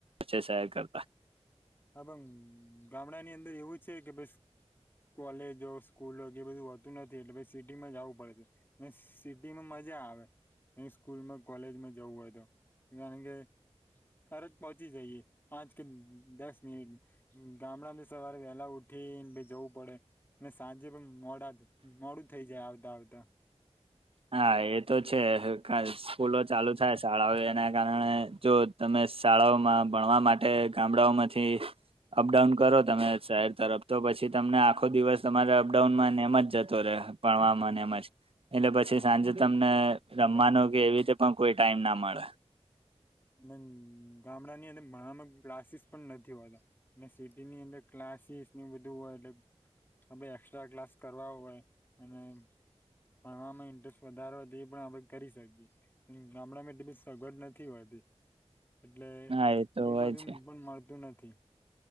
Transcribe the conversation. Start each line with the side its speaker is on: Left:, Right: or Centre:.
Right: છે, શહેર કરતા
Left: હા પણ ગામડાની અંદર એવું છે, કે બસ કોલેજો સ્કૂલો એ બધું હોતું નથી એટલે પછી સિટીમાં જવું પડે છે, ને સિટીમાં મજા આવે સ્કૂલમાં કોલેજમાં જવું હોય તો કારણ કે તરત પહોંચી જઈએ પાંચ કે દસ ની ગામડા સવારે વહેલા ઉઠીને જવું પડે સાંજે પણ મોડા મોડું થઇ જાય આવતા આવતા
Right: હા એ તો છે, સ્કૂલો ચાલુ થાય શાળાઓ એના કારણે જો તમે શાળાઓમાં ભણવા માટે ગામડાઓમાંથી અપડાઉન કરો તમે શહેર તરફ તો પછી તમને આખો દિવસ તમારે અપડાઉનમાં ને એમ જ જતો રહે ભણવામાં ને એમ જ એટલે પ છી સાંજે તમને રમવાનું કે એવી રીતે પણ કોઈ ટાઈમ ના મળે
Left: અને ગામડાની અંદર ભણવામાં ક્લાસીસ પણ નથી હોતા અને સિટીની અંદર ક્લા ક્લાસીસ બધું હોય એટલે એક્સ્ટ્રા ક્લાસ કરવા હોય અને ભણવામાં ઇન્ટરેસ્ટ વધારે હોય તો એ પણ આપણે કરી શકીએ ગમણાંમાં બી સગડ નથી હોતી એટલે
Right: હા તો
Left: એ
Right: હોય
Left: બાજું
Right: છે
Left: પણ મળતું નથી